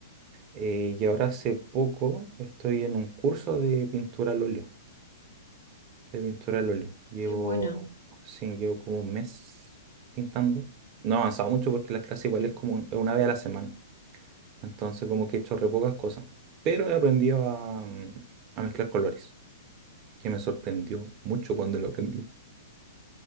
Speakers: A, on the right; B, on the left.
A: Eh, y ahora hace poco estoy en un curso de pintura al óleo, de pintura al óleo. Llevo,
B: Qué bueno,
A: sí, llevo como un mes pintando. No he avanzado mucho porque las clases igual
B: eh,
A: es como un- una vez a la semana. Entonces como que he hecho re pocas cosas. Pero he aprendido a, mm, a mezclar colores, que me sorprendió mucho cuando lo aprendí.